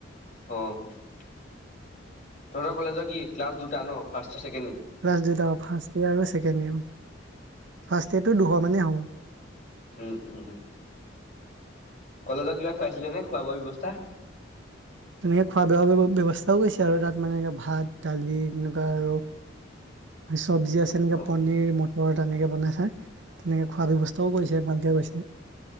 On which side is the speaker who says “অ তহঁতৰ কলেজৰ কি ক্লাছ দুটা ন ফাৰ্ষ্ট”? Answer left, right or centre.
Left